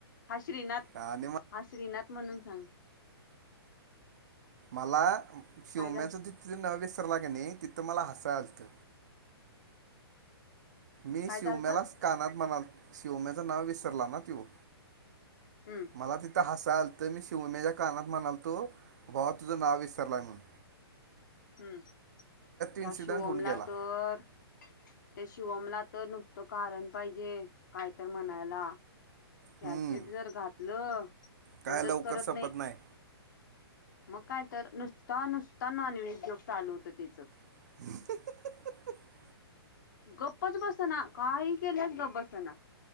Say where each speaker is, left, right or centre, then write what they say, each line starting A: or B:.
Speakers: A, on the left (about 50°); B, on the right (about 45°).
A: हाश श्रीनाथ
B: आणि मग
A: हा श्रीनाथ म्हणून सांग.
B: मला शिवम्याचं
A: काय झा
B: ति त तिथ नाव विसरला की नाही तिथं मला हसाया आलतं. मी
A: काय
B: शिवम्यालाच
A: झालत
B: कानात म्हणाल शिवम्याचं नाव विसरला ना त्यो
A: हम्म
B: मला तिथं हसाय आलत. मी शिवन्याच्या कानात म्हणाल तो ह्यो तुझं नाव विसरलाय म्हणुन
A: हम् त्या
B: इन्सिडंट
A: शिवमला
B: होऊन गेला
A: तर त्या शिवमला तर नुसतं कारण पाहिजे काय तर म्हणायला
B: हम्म
A: कॅसेट जर घातलं.
B: काय
A: बंदच
B: लवकर
A: करत
B: सपत
A: नाही
B: नाय.
A: मग काय तर नुसता नुसता नॉन व्हेज जोक चालू होत त्येच
B: <unintelligible>
A: गप्पच बसना काही केल्यास गप् बसना.